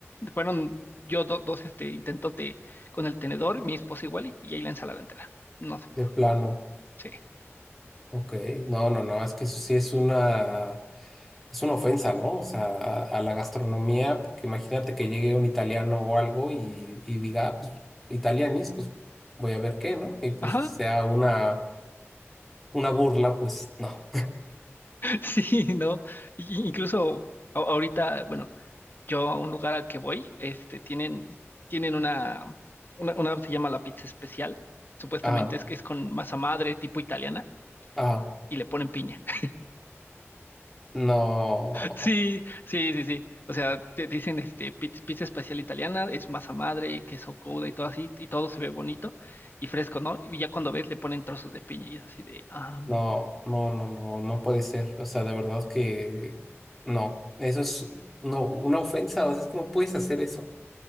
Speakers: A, on the left (about 45°); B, in the centre.
A: fueron yo do- dos este, intentos de con el tenedor, mi esposa igual, y, y ahí la ensalada entera. No se pudo.
B: de plano.
A: Sí.
B: Ok, no, no, no, es que eso sí es una, es una ofensa, ¿no? O sea, a, a la gastronomía, porque imagínate que llegue un italiano o algo y, y diga, "Ah, pues, italianis, pues voy a ver qué, ¿no? Y pues
A: Ajá.
B: sea
A: <laughs>
B: una, una burla, pues no.
A: Sí, no. Y- y Incluso a- ahorita, bueno. yo a un lugar al que voy, este, tienen, tienen una, una, una se llama la pizza especial, supuestamente
B: <laughs> Ajá,
A: es que es con masa madre tipo italiana
B: ajá,
A: y le ponen piña. <laughs>
B: no.
A: Sí, sí, sí, sí. O sea, te dicen este pizza, pizza especial italiana, es masa madre, queso gouda y todo así, y todo se ve bonito y fresco, ¿no? Y ya cuando ves le ponen trozos de piña y es así de, ah.
B: No, no, no, no, no puede ser. O sea, de verdad que no. Eso es no, una ofensa. O sea, es que no puedes hacer eso.